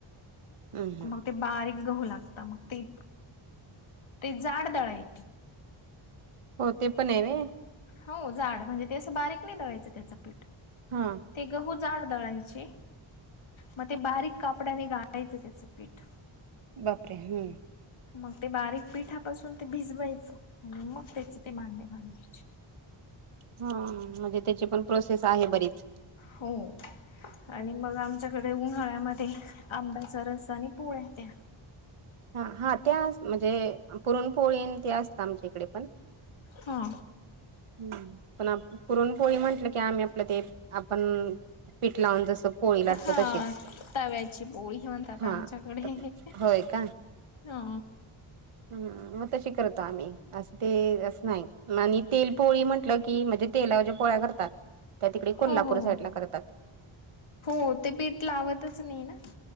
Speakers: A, on the right; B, on the left.
A: हम्म हम्म
B: मग ते बारीक गहू लागता मग ते ते जाड दळाय
A: हो ते पण आहेवे
B: हो जाड म्हणजे ते असं बारीक नाही दवायचं त्याचं पीठ
A: हा
B: ते गहू जाड दळायचे मग ते बारीक कापड्याने गाळायचं त्याचं पीठ
A: बापरे हम्म
B: मग ते बारीक पिठापासून ते भिजवायचं आणि मग त्याचे ते भांडे बनवायचे
A: हा म्हणजे त्याची पण प्रोसेस आहे बरीच
B: हो आणि मग आम आच्याकडे उन्हाळ्यामध्ये आंब्याचा रस्ता आणि पोळ्या त्या
A: हा हा ते म्हणजे पुरणपोळीन ते असत आमच्या इकडे पण
B: हा
A: हम् पण पुरण पोळी म्हंटल की आम्ही आपलं ते आपण पीठ लावून जसं पोळी लाटतो
B: हा
A: तशीच
B: तव्याची बोळी म्हणतात
A: हा
B: आमच्याकडे हा
A: होय का? हम्म मग तशी करतो आम्ही असं ते असं नाही आणि तेल पोळी म्हंटलं की म्हणजे तेलावच्या्या पोळ्या करतात त्या तिकडे
B: हो
A: कोल्हापूर
B: हो हो
A: साईड ला करतात
B: हो ते पीठ लावतच नाही ना